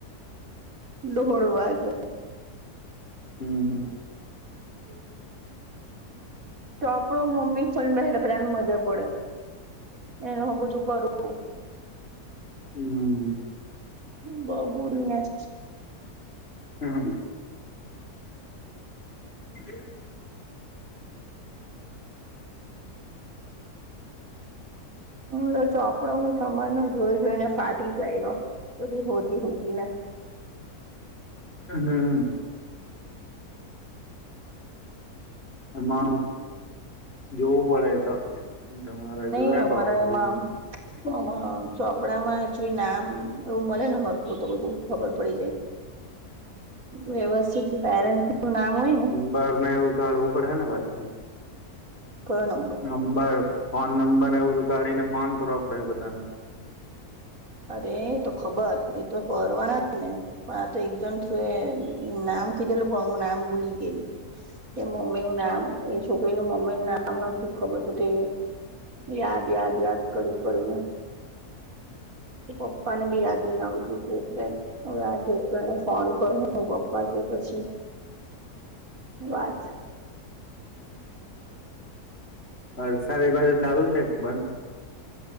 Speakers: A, on the right; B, on the left.
A: દોઢવાાગે.
B: હમ હમ.
A: <inaudible> તો પણ મમ્મી <unintelligible> બેહે એટલે પેલાને મજા પડે એને હો બધું કરું
B: હમ.
A: બ બુરવી નાસ.
B: હા.
A: <inaudible>
B: હ
A: હમ્મ લો ચોપડો ભી સમાન એ જોઈ જોઈને ફાટી જાય એલો. તો બી હોજી હોજી ને.
B: હમ્મ. એમાં જોવું પડે તો તમારે
A: નહી
B: જોયા
A: અમારા
B: કરવાનું
A: એમાં
B: બીજું હું.
A: આમાં ચોપડામાં એકચલી નામ એવું મળે ને હરકું તો બધું ખબર પડી જાય. વ્યવસ્થિત પેરેન્ટસ નું નામ હોય ને
B: બાર ને એવું કાઢવું પડે ને પાછી.
A: થોડા નંબર.
B: નંબર ફોન નંબરને એવું તો કાઢીને ફોન કરવા પડે બધાને.
A: અરે એ તો ખબર એ તો કરવાનાજ ને. પણ આ તો એક દમ થ્રુ એ નામ કીધેલું પણ હું નામ ભૂલી ગયેલી. એ મમ્મી નું નામ એ છોકરી નું મમ્મી નું નામ નથી ખબર હતું તો એવું યાદ યાદ યાદ કરું કરું એ એ પપ્પાને બી યાદ નહી આવતું તું એટલે હવે આ બધા ને ફોન કર હ હું પપ્પા કે પછી વાત.
B: અહ સારી બારી ચાલુ છે કે બંધ?